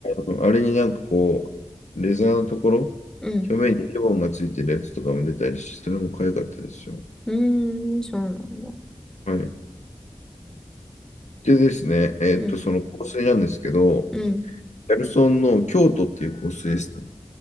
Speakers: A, on the left (about 75°); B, in the centre.
A: うんあれになんかこう、レザーのところ、
B: うん。
A: 表面にリボンがついてるやつとかも出たりして、それも可愛かったですよ。
B: うーん、そうなんだ。
A: はい。でですね、えーっと、
B: うん。
A: その香水なんですけど、
B: うん。
A: ギャルソンの京都っていう香水ですね。